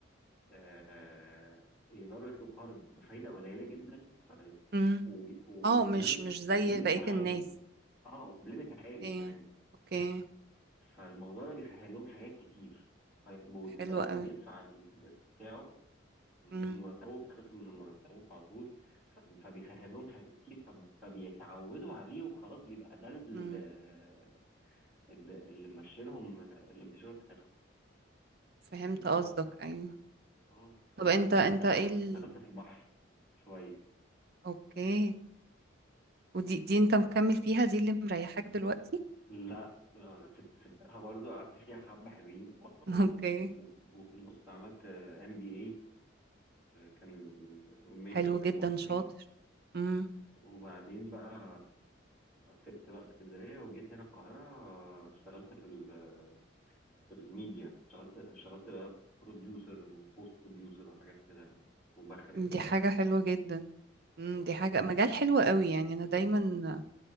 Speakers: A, in the centre; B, on the right.
A: آه، يقدروا ياخدوا قرض بفايده قليله جدا ف-
B: امم
A: وب- وبليمت
B: اه مش مش زي
A: وبليمت
B: بقية
A: عالي
B: الناس
A: اه وبليمت عالي
B: اوكي
A: كمان
B: اوكي
A: فالموضوع ده بيسهل لهم حاجات كتير ف- وبيبقى
B: حلو
A: قادر
B: قوي
A: يدفع القسط بتاعه من
B: امم
A: مرتبه بيتخصم من مرتبه على طول ف- فبيسهل لهم حاجات كتير فب- فبيتعودوا عليه وخلاص بيبقى ده اللي
B: امم
A: اللي مشيلهم اللي مشيلهم حياتهم
B: فهمت
A: يعني هو
B: قصدك ايوه
A: اه
B: طب
A: وبعد
B: انت
A: كده
B: انت
A: سبتها
B: ايه ال...
A: اشتغلت في البحر شوية
B: اوكي ودي دي انت مكمل فيها دي اللي مريحاك دلوقتي
A: لا لا، سبت سبتها برضو قعدت فيها حبة حلوين و-
B: <laughs>
A: و-
B: اوكي
A: و- وفي النص عملت ام بي اي كان الميجر
B: حلو
A: كان
B: جدا
A: ماركتينج
B: شاطر إمم.
A: وبعدين بقى سبت بقى اسكندرية وجيت هنا القاهرة آه، اشتغلت في ال- في الميديا اشتغلت اشتغلت بقى بروديوسر وبوست بروديوسر وحاجات كده وبخرج
B: دي
A: ساعات
B: حاجة حلوة
A: كده
B: جدا مم،
A: آه.
B: دي حاجة مجال حلو قوي يعني أنا دايما